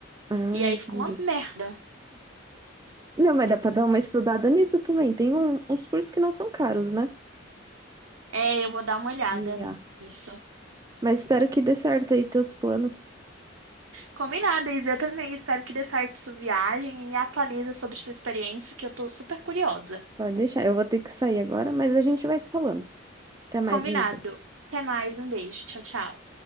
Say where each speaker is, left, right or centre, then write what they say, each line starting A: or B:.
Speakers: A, on the right; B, on the right.
A: Ah,
B: E aí
A: entendi.
B: fica uma merda.
A: Não, mas dá pra dar uma estudada nisso também. Tem um- uns cursos que não são caros, né?
B: É, eu vou dar uma olhada
A: De IA.
B: nisso.
A: Mas espero que dê certo aí teus planos.
B: Combinado, Isa. Eu também espero que dê certo sua viagem e me atualiza sobre sua experiência, que eu tô super curiosa.
A: Pode deixar. Eu vou ter que sair agora, mas a gente vai se falando. Até mais,
B: Combinado.
A: Jennifer.
B: Até mais, um beijo. Tchau, tchau.